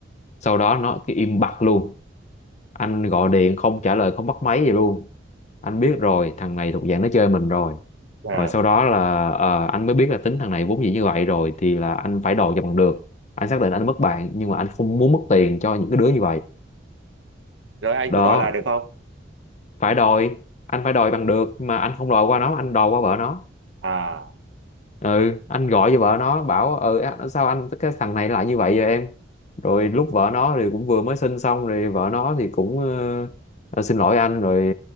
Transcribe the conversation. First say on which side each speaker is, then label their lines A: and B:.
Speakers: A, on the left; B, on the right.
A: sau đó nó cứ im bặt luôn anh gọi điện không trả lời không bắt máy gì luôn anh biết rồi thằng này thuộc dạng nó chơi mình rồi
B: Yeah.
A: rồi sau đó là ờ, anh mới biết là tính thằng này vốn dĩ như vậy rồi thì là anh phải đòi cho bằng được anh xác định anh mất bạn nhưng mà anh không muốn mất tiền cho những cái đứa như vậy
B: rồi anh
A: đó
B: có đòi lại được không
A: phải đòi anh phải đòi bằng được nhưng mà anh không đòi qua nó anh đòi qua vợ nó
B: à
A: ừ anh gọi cho vợ nó bảo ừ á, sao anh cái thằng này lại như vậy vậy em rồi lúc vợ nó thì cũng vừa mới sinh xong rồi vợ nó thì cũng ờ, "Ờ, xin lỗi anh rồi